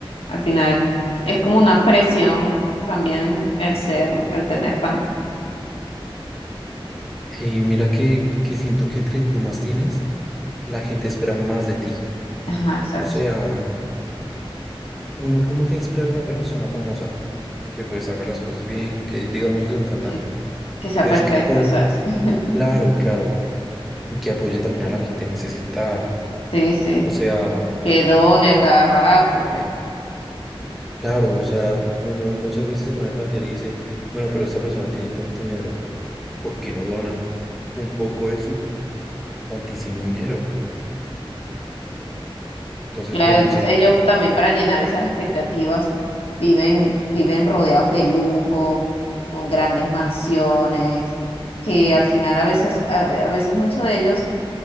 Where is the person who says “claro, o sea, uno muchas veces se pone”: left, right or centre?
Centre